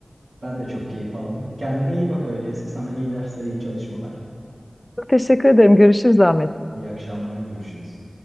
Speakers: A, on the right; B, on the left.
A: Ben de çok keyif aldım. Kendine iyi bak öyleyse. Sana iyi dersler, iyi çalışmalar.
B: Çok teşekkür ederim. Görüşürüz Ahmet.
A: İyi akşamlar, görüşürüz.